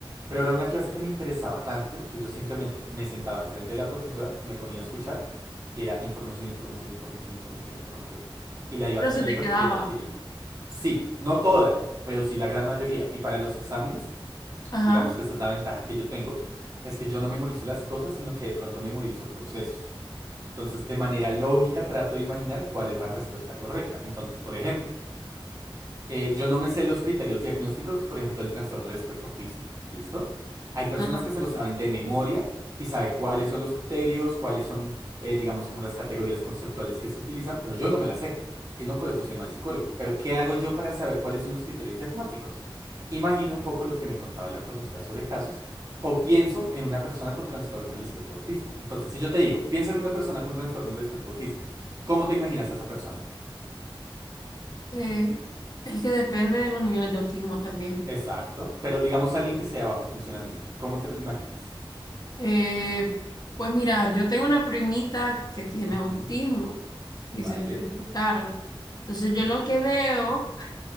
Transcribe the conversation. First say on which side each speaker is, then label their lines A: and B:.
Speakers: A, on the right; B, on the left.
A: Pero era una clase que me interesaba tanto que yo simplemente me sentaba enfrente de la profesora, me ponía a escuchar y era información, información, información, información, información. Y la iba
B: pero
A: adquiriendo,
B: se te quedaba.
A: adquiriendo, adquiriendo. Sí, no toda, pero sí la gran mayoría. Y para los exámenes,
B: Ajá,
A: digamos que esta es la ventaja que yo tengo, es que yo no memorizo las cosas, sino que de pronto memorizo procesos. Entonces, de manera lógica, trato de imaginar cuál es la respuesta correcta. Entonces, por ejemplo, eh, yo no me sé los criterios diagnósticos, por ejemplo, del trastorno del espectro autista. ¿Listo? Hay personas
B: ajá.
A: que se lo saben de memoria y sabe cuáles son los criterios, cuáles son, eh, digamos, como las categorías conceptuales que se utilizan, pero yo no me las sé. Y no por eso soy mal psicólogo. Pero ¿qué hago yo para saber cuáles son los criterios diagnósticos? Imagino un poco lo que me contaba la profesora sobre casos o pienso en una persona con trastorno del espectro autista. Entonces, si yo te digo, piensa en una persona con trastorno del espectro autista, ¿cómo te imaginas a esa persona?
B: Eh, es que depende de los niveles de autismo también.
A: Exacto. Pero digamos alguien que sea de bajo funcionamiento. ¿Cómo te lo imaginas?
B: Eh, pues mira, yo tengo una primita que tiene
A: Ujú,
B: autismo. y
A: Vale.
B: se le detectaron. Entonces yo lo que veo